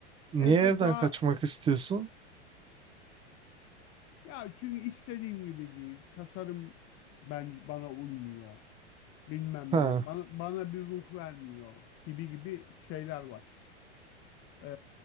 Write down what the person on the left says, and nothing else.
evde
daha
ya çünkü istediğim gibi değil. Tasarım bence bana uymuyor. bilmem
ne bana, bana bir ruh vermiyor gibi gibi şeyler var. Ee,